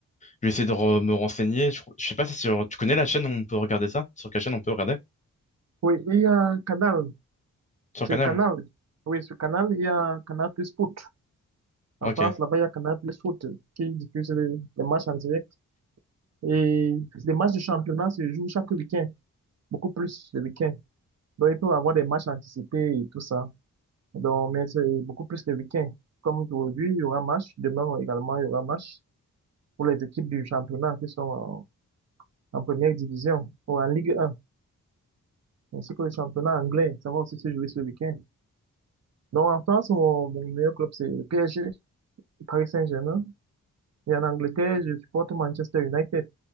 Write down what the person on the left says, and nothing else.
je vais essayer de re- me renseigner. Je, je sais pas si sur- tu connais la chaîne où on peut regarder ça? Sur quelle chaîne on peut regarder?
Sur
Canal?
Ok.